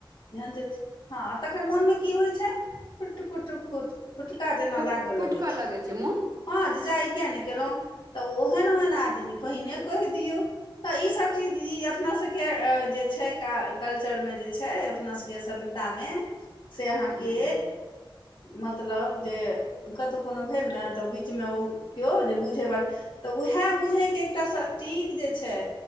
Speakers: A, on the left; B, on the right.
A: ध्यान जाइ छै, हँ तखैन मोन मे की होइ छै खुट- खुट - खुट। खुटका जेना
B: खुट
A: लागऽ
B: खुटकऽ
A: लगै छै।
B: मोन
A: हँ, जे जा इ किया ने केलहुँ, तऽ ओहेन-ओहेन आदमी पहिने कहि दियौ। तऽ इ सब चीज इ अपना सबके जे छै का कल्चरमे जे छै, अपना सबके सभ्य ता मे, से अहाँके
B: हूँ
A: मतलब जे कतौ कोनो भेल ने तऽ बीच मे ओ केयो जे बुझय बाली तऽ उहेए बुझय के एकटा सटीक जे छै